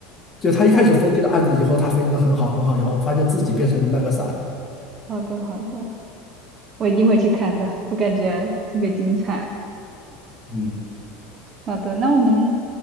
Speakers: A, on the left; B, on the right.
A: 就他一开始分析的案子以后，
B: 哦，
A: 他分析的很好很好，然后发现自己变成了那个傻子。
B: 好的好的，我一定会去看的，我感觉特别精彩。
A: 嗯。
B: 好的，那我们